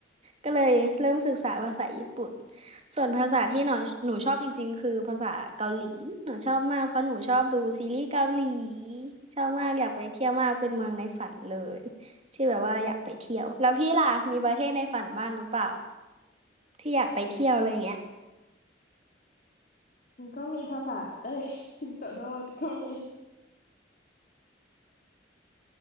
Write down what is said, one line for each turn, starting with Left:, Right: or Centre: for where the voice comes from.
Right: ก็เลยเริ่มศึกษาภาษาญี่ปุ่นส่วนภาษาที่หนูหนูชอบจริงๆคือภาษาเกาหลีหนูชอบมากเพราะหนูชอบดูซีรีส์เกาหลีชอบมากอยากไปเที่ยวมากเป็นเมืองในฝันเลยที่แบบว่าอยากไปเที่ยวแล้วพี่ล่ะมีประเทศในฝันบ้างหรือเปล่าที่อยากไปเที่ยวอะไรเงี้ย
Left: ก็มีภาษาเอ้ย <laughs> ขอโทษก็มี